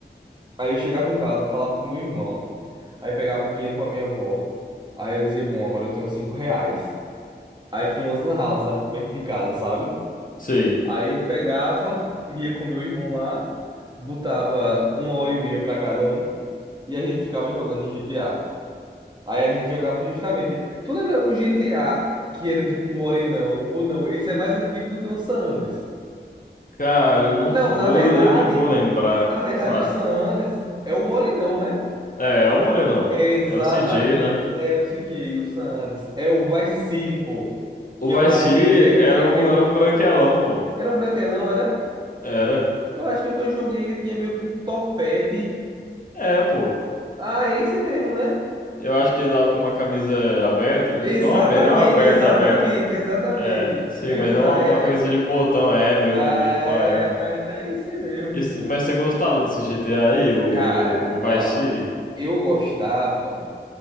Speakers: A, on the right; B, on the left.
A: aí eu chegava em casa, falava com meu irmão, aí pegava dinheiro com a minha avó, aí eu dizia, bom, agora eu tenho cinco reais. Aí tinha umas Lan Houses aqui perto de casa, sabe?
B: Sei.
A: Aí eu pegava, ia com meu irmão lá, botava uma hora e meia pra cada um e a gente ficava jogando em GTA. Aí a gente jogava justamente. Tu lembra um GTA que era tipo um morenão ou não? Esse é mais antigo do que o San Andreas.
B: Cara, eu não
A: Não,
B: vou,
A: na verdade,
B: eu não vou lembrar.
A: na verdade
B: Fa-
A: o San Andreas é o morenão, né?
B: É, é o Morenão.
A: Exatamente,
B: É o CJ, né?
A: é o CJ, o San Andreas, é o Vice City, pô,
B: O
A: que
B: Vice
A: é um cara
B: City
A: que ele meio,
B: era
A: é aquele
B: um,
A: meio,
B: era um branquelão, pô.
A: era um branquelão, era?
B: Era.
A: Eu acho que o que eu joguei ele tinha meio que um topete.
B: É, pô.
A: Ah, é esse mesmo, né?
B: Eu acho que andava com uma camisa aberta.
A: Exatamente,
B: Não aberta, não aberta,
A: exatamente,
B: aberta.
A: exatamente.
B: É, sim,
A: Meio
B: mas
A: praia,
B: é uma, uma
A: né?
B: camisa de botão, é, meio,
A: Ah,
B: meio praiana.
A: ah, então é esse mesmo,
B: Esse-
A: pô.
B: mas você gostava desse GTA aí, o,
A: Cara,
B: o Vice
A: ó,
B: City?
A: eu gostava